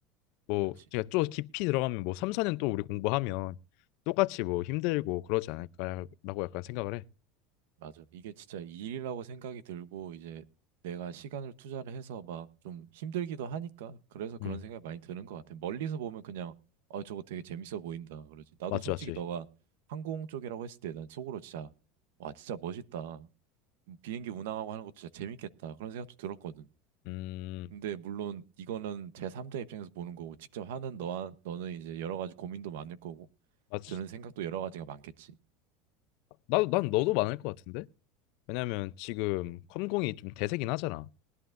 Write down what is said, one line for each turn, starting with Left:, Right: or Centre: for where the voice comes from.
Left: 뭐
Right: 그치
Left: 그러니까 좀 깊이 들어가면 뭐 3, 4년 또 우리 공부하면 똑같이 뭐 힘들고 그러지 않을까라고 약간 생각을 해.
Right: 맞아 이게 진짜 일이라고 생각이 들고 이제 내가 시간을 투자를 해서 막 좀 힘들기도 하니까 그래서 그런
Left: 음,
Right: 생각이 많이 드는 것 같아 멀리서 보면 그냥 어 저거 되게 재밌어 보인다 그러지 나도
Left: 맞지,
Right: 솔직히
Left: 맞지.
Right: 너가 항공 쪽이라고 했을 때 난 속으로 진짜 와 진짜 멋있다 음, 비행기 운항하고 하는 것도 진짜 재밌겠다. 그런 생각도 들었거든.
Left: 음,
Right: 근데 물론 이거는 제3자 입장에서 보는 거고 직접 하는 너와 너는 이제 여러 가지 고민도 많을 거고
Left: 맞지.
Right: 드는 생각도 여러 가지가 많겠지.
Left: 나도 난 너도 많을 것 같은데? 왜냐면 지금 컴공이 좀 대세긴 하잖아.